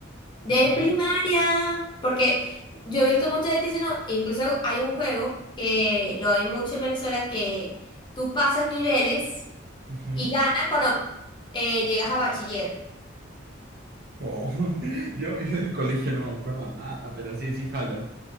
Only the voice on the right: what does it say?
Ajá.
ujú.
Oh, <laughs> yo, yo del colegio no me acuerdo nada, pero sí, sí, jalo.